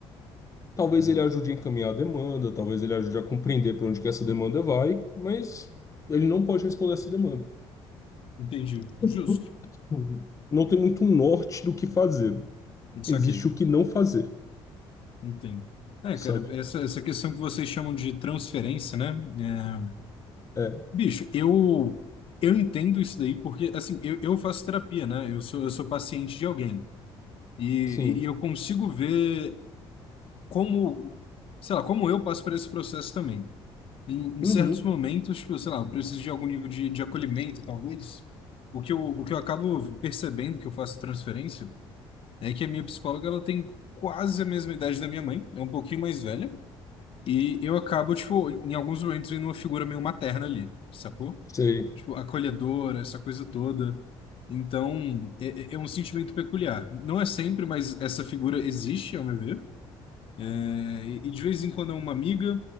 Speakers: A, on the left; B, on the left.
A: Talvez
B: Hum,
A: ele ajude a encaminhar a demanda, talvez ele ajude a compreender para onde que essa demanda vai, mas ele não pode responder essa demanda.
B: Entendi. Justo.
A: <laughs> Não tem muito um norte do que fazer.
B: Saquei.
A: Existe o que não fazer,
B: Entendo. É,
A: sabe?
B: cara, essa, essa questão que vocês chamam de transferência, né? É,
A: É,
B: Bicho, eu, eu entendo isso daí porque, assim, eu, eu faço terapia, né? Eu sou, eu sou paciente de alguém. E,
A: sim.
B: e, e eu consigo ver como, sei lá, como eu passo por esse processo também. Em,
A: Uhum,
B: em certos momentos, tipo, sei lá, eu preciso de algum nível de, de acolhimento, talvez. O que eu, o que eu acabo percebendo que eu faço transferência é que a minha psicóloga, ela tem quase a mesma idade da minha mãe, é um pouquinho mais velha. E eu acabo, tipo, em alguns momentos, vendo uma figura meio materna ali, sacou?
A: sei.
B: Tipo, acolhedora, essa coisa toda. Então, é, é é um sentimento peculiar. Não é sempre, mas essa figura existe, ao meu ver. É, e e de vez em quando é uma amiga,